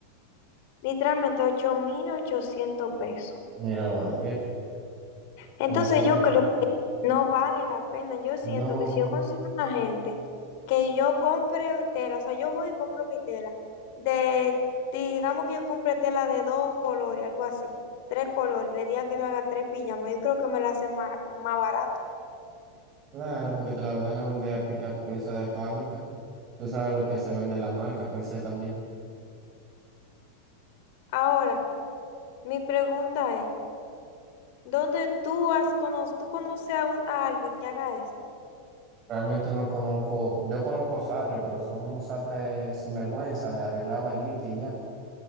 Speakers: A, on the left (about 50°); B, on the right (about 30°).
A: Literalmente 8.800 pesos.
B: Míralo ahí, eh.
A: Entonces
B: Eso no,
A: yo
B: entiendo.
A: creo que no vale la pena. Yo siento
B: No,
A: que si yo consigo una gente que yo compre tela, o sea, yo voy y compro mi tela, de, digamos que yo compré tela de dos colores, algo así, tres colores, le diga que me haga tres pijamas, yo creo que me la hacen más, más barato.
B: claro, porque te la van a vender a, pi- a pieza de fábrica. Tú sabes lo que se vende la marca per se también.
A: Ahora, mi pregunta es, ¿dónde tú has cono tú conoces a, un- a alguien que haga eso?
B: Realmente no conozco, yo conozco sastres, pero son unos sastres sinvergüenza de arreglar vainita y ya.